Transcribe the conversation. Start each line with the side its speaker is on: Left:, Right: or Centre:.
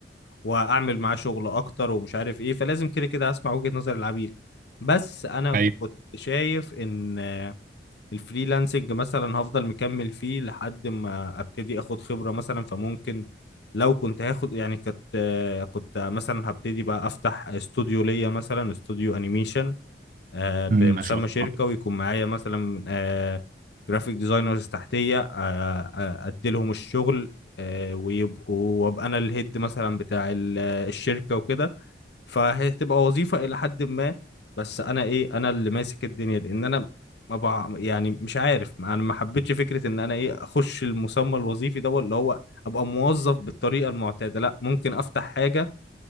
Left: واعمل معاه شغل اكتر ومش عارف ايه فلازم كده كده هسمع وجهة نظر العميل بس انا
Right: ايوه
Left: كنت شايف ان آه، الفريلانسنج مثلا هفضل مكمل فيه لحد ما ابتدي اخد خبرة مثلا فممكن لو كنت هاخد يعني كنت آه، كنت مثلا هبتدي بقى افتح استوديو ليا مثلا استوديو انيميشن آه، بمسمى
Right: مم، ما شاء
Left: شركة
Right: الله
Left: ويكون معايا مثلا آه، جرافيك ديزاينرز تحتية آه، آه، أديلهم الشغل آه، ويبقوا وأبقى أنا الهيد مثلا بتاع ال- الشركة وكده فهتبقى وظيفة إلى حد ما بس أنا إيه أنا اللي ماسك الدنيا لأن أنا ما بع... يعني مش عارف أنا ما حبيتش فكرة إن أنا إيه أخش المسمى الوظيفي ده اللي هو أبقى موظف بالطريقة المعتادة لأ ممكن أفتح حاجة